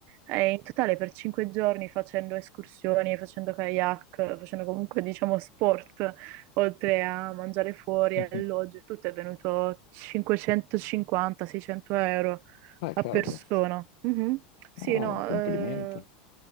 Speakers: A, on the right; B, on the left.
A: E in totale per 5 giorni facendo escursioni, facendo kayak, facendo comunque diciamo sport, oltre a mangiare fuori,
B: <laughs>
A: alloggio, e tutto è venuto 550-600 euro.
B: Beh,
A: a
B: cavolo.
A: persona. Mhm. Sì,
B: No,
A: no,
B: no, complimenti.
A: eh,